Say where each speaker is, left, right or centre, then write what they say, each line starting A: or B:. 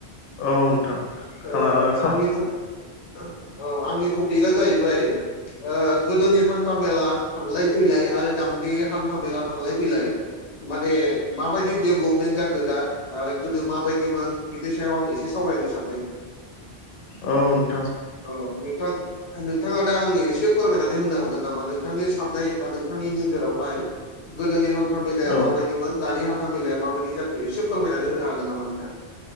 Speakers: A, on the left; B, on the left.
A: औ नोंथां। खाला
B: ओ
A: औ
B: आंनि <inaudible> औ आंनि टपिकआ जाहैबाय ओ गोदोनि हान्था मेला थांलाय फैलाय आरो दांनि हान्था मेला थांलाय फैलाय माने माबायदि डेभ्लपमेन्ट जाखो दा आरो गोदो माबायदिमोन बिनि सायाव आं एसे सावरायनो सानदों।
A: औ नों
B: औ नोंथां। नोंथाङा दा आंनो एसे फोरमायनानै होनो हागोन नामा नोंथांनि साननाय बा नोंथांनि नोजोरावहाय गोदोनि हान्था मेलाया
A: औ
B: माबायदिमोन दानि हान्था मेलाया माबायदि जाखो एसे फोरमायनानै होनो हागोन नामा नोंथां?